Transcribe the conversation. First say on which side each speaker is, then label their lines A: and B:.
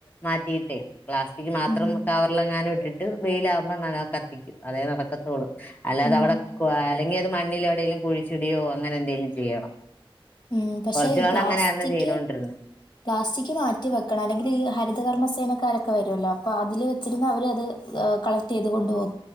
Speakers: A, on the left; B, on the left.
A: മാറ്റിട്ടേ പ്ലാസ്റ്റിക് മാത്രം
B: ഉം.
A: കവറൽ അങ്ങാനെ ഇ ട്ടി ട്ട് വെയിൽ ആമ്പോ ന കത്തിക്കും അതേ നടക്കത്തോുള്ളൂ അല്ലാതെ
B: ഉം.
A: അവിടെ <unintelligible> അല്ലെങ്കി അത് മണ്ണിൽ എവിടെെങ്കിലുംഴിച്ചുടിയോ അങ്ങനെ എന്തെലും ചെയ്യണം
B: ഉം പക്ഷേ
A: കുറച്ചു നാൾ
B: പ്ലാസ്റ്റിക്
A: അങ്ങനെയായിരുന്നു ചെയ്തോണ്ടിരുന്നത്
B: പ്ലാസ്റ്റിക് മാറ്റി വെക്കണം അല്ലെങ്കിൽ ഈ ഹരിതകർമ്മ സേന ക്കാരൊക്കെ വരുല്ലോ അപ്പോൾ അതിൽ വെച്ചിരുന്ന് അവര അത് കളക്ട് ചെയ്ത് കൊണ്ട് പോും